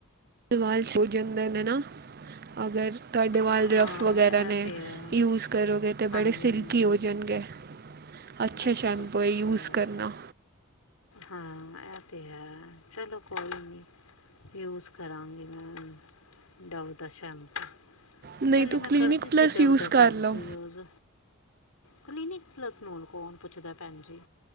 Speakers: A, on the right (about 45°); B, on the left (about 80°).
A: ਵੀ ਵਾਲ ਹੋ ਜਾਂਦੇ ਨੇ ਨਾ। ਅਗਰ ਤੁਆਡੇ
B: ਹਾਂ
A: ਵਾਲ ਰੱਫ ਵਗੈਰਾ
B: ਇਹ
A: ਨੇ।
B: ਤੇ ਹੈ
A: ਯੂਸ ਕਰੋਗੇ ਤੇ
B: ਹਾਂਜੀ
A: ਬੜੇ ਸਿਲਕੀ
B: ਹਾਂਜੀ
A: ਔਜਨਗੇ। ਅੱਛੇ
B: ਅੱਛਾ
A: ਸ਼ੈਪੂ
B: ਅੱਛਾ
A: ਐ ਯੂਸ ਕਰਨਾ।
B: ਹਾਂ, ਐ ਤੇ ਹੈ ਚਲੋ ਕੋਈ ਨੀ। ਯੂਸ ਕਰਾਂਗੀ ਮੈਂ ਡਵ ਦਾ ਸ਼ੈਂਪੂ।
A: ਨਹੀਂ
B: ਪੈਲੇ
A: ਤੂੰ ਕਲੀਨਿਕ
B: ਮੈਂ ਕਰਦੀ ਸੀ
A: ਪਲੱਸ
B: ਡਵ
A: ਯੂਜ਼
B: ਦਾ
A: ਕਰ
B: ਸ਼ੈਂਪੂ
A: ਲਓ
B: ਯੂਜ। ਕਲੀਨਿਕ ਪਲਸ ਨੂੰ ਹੁਣ ਕੌਣ ਪੁੱਛਦਾ ਪੈਣ ਜੀ।